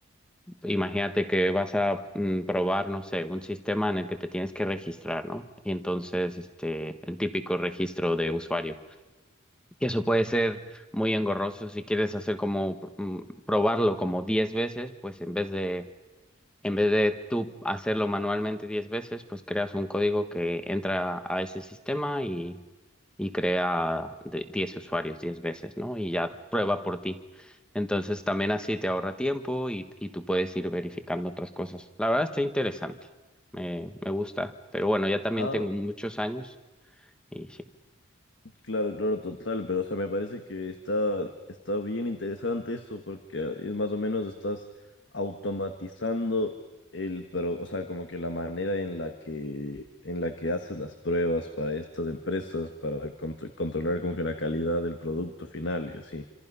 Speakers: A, in the centre; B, on the left (about 65°).
A: Imagínate que vas a mm, probar, no sé, un sistema en el que te tienes que registrar, ¿no? Y entonces, este, el típico registro de usuario. Que eso puede ser muy engorroso si quieres hacer como mm, probarlo como 10 veces, pues en vez de en vez de tú hacerlo manualmente 10 veces, pues creas un código que entra a ese sistema y, y crea de- 10 usuarios 10 veces, ¿no? Y ya prueba por ti. Entonces también así te ahorra tiempo y, y tú puedes ir verificando otras cosas. La verdad está interesante, me, me gusta, pero bueno, ya también
B: ah,
A: tengo muchos años y sí.
B: claro, claro, total, pero o sea, me parece que está, está bien interesante eso porque es más o menos estás automatizando el, pero, o sea, como que la manera en la que, en la que haces las pruebas para estas empresas, para contro- controlar como que la calidad del producto final y así.